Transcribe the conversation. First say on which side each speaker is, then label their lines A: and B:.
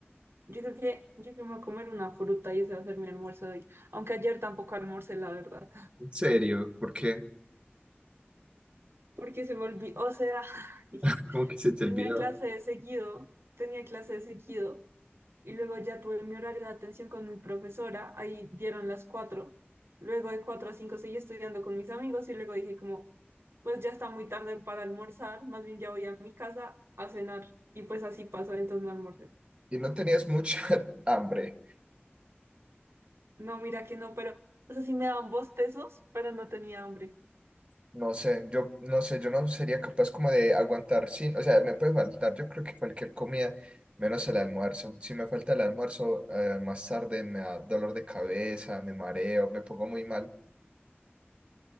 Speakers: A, on the right; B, on the right.
A: Yo creo que, yo creo que me voy a comer una fruta y ese va a ser mi almuerzo de hoy. Aunque ayer tampoco almorcé, la verdad.
B: En serio, ¿por qué?
A: <laughs> Porque se me olvidó, o sea, <laughs>
B: <laughs> Como que se te
A: tenía
B: olvidó.
A: clase de seguido, tenía clase de seguido y luego ya tuve mi horario de atención con mi profesora, ahí dieron las cuatro. Luego de cuatro a cinco seguí estudiando con mis amigos y luego dije como, pues ya está muy tarde para almorzar, más bien ya voy a mi casa a cenar. Y pues así pasó, entonces no almorcé.
B: y no tenías mucha <laughs> hambre.
A: No, mira que no, pero, o sea, sí me daban bostezos, pero no tenía hambre.
B: No sé, yo no sé, yo no sería capaz como de aguantar sin, o sea, me puede faltar, yo creo que cualquier comida, menos el almuerzo. Si me falta el almuerzo, eh, más tarde me da dolor de cabeza, me mareo, me pongo muy mal.